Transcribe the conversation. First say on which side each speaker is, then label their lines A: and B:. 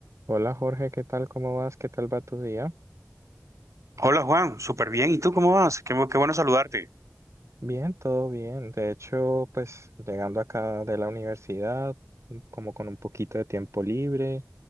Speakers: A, on the right (about 65°); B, on the right (about 80°).
A: Hola Jorge, ¿qué tal? ¿Cómo vas? ¿Qué tal va tu día?
B: Hola Juan, súper bien. ¿Y tú cómo vas? Qué, bu- qué bueno saludarte.
A: Bien, todo bien. De hecho, pues llegando acá de la universidad, mm, como con un poquito de tiempo libre